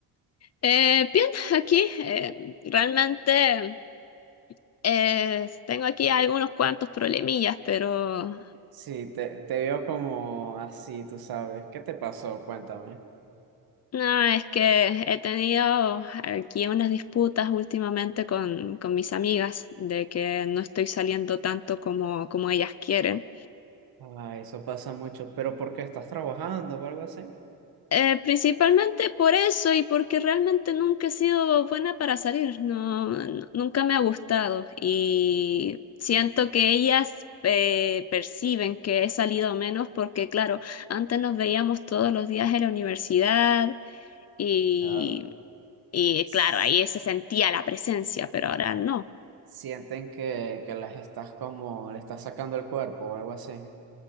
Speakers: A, on the left; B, on the right.
A: Eh, bien, aquí eh, realmente eh, tengo aquí algunos cuantos problemillas, pero
B: Sí, te, te veo como así, tú sabes. ¿Qué te pasó? Cuéntame.
A: no, es que he tenido aquí unas disputas últimamente con, con mis amigas de que no estoy saliendo tanto como, como ellas quieren.
B: Ah, eso pasa mucho. ¿Pero por qué estás trabajando o algo así?
A: Eh, principalmente por eso y porque realmente nunca he sido buena para salir, no, no- nunca me ha gustado y siento que ellas eh, perciben que he salido menos porque claro, antes nos veíamos todos los días en la universidad y,
B: Claro.
A: y
B: S-
A: claro, ahí se sentía la presencia, pero ahora no.
B: Sienten que, que las estás como, le estás sacando el cuerpo o algo así.